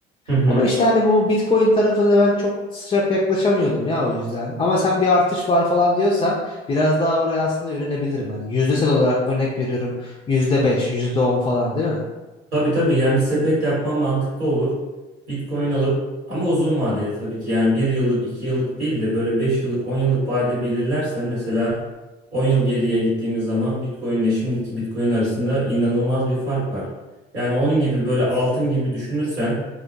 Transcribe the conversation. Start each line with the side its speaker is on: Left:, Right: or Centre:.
Right: Hı hı.
Left: Ama işte hani bu Bitcoin tarafına ben çok sıcak yaklaşamıyordum ya o yüzden. Ama sen bir artış var falan diyorsan biraz daha oraya aslında yönelebilirim. Hani yüzdesel olarak örnek veriyorum yüzde beş, yüzde on falan değil mi?
Right: Tabii tabii yani bir sepet yapman mantıklı olur. Bitcoin alıp ama uzun vadeli tabii ki yani bir yıllık iki yıllık değil de böyle beş yıllık on yıllık vade belirlersen mesela 10 yıl geriye gittiğimiz zaman Bitcoin ile şimdiki Bitcoin arasında inanılmaz bir fark var. Yani onun gibi böyle altın gibi düşünürsen